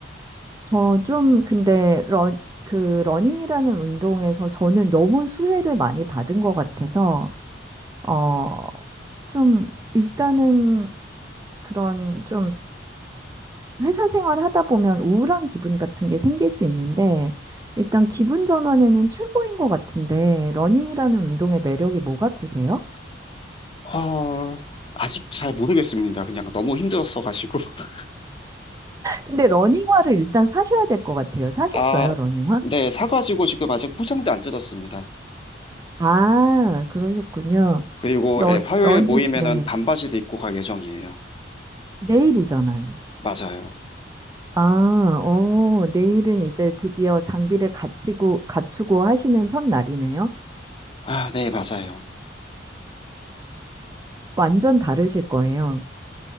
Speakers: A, on the right; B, on the left.
A: 저 좀, 근데, 러 그 러닝이라는 운동에서 저는 너무 수혜를 많이 받은 것 같아서, 어, 좀, 일단은 그런 좀 회사 생활 하다 보면 우울한 기분 같은 게 생길 수 있는데, 일단 기분 전환에는 최고인 것 같은데, 러닝이라는 운동의 매력이 뭐 같으세요?
B: 아, 아직 잘 모르겠습니다. 그냥 너무 힘들었어가지고. <laughs>
A: 근데 러닝화를 일단 사셔야 될 것 같아요. 사셨어요,
B: 아,
A: 러닝화?
B: 네, 사가지고 지금 아직 포장도 안 뜯었습니다.
A: 아, 그러셨군요.
B: 그리고
A: 러,
B: 예, 화요일
A: 러닝,
B: 모임에는
A: 네.
B: 반바지도 입고 갈 예정이에요.
A: 내일이잖아요.
B: 맞아요.
A: 아, 어, 내일은 이제 드디어 장비를 갖추고, 갖추고 하시는 첫날이네요.
B: 아, 네, 맞아요.
A: 완전 다르실 거예요.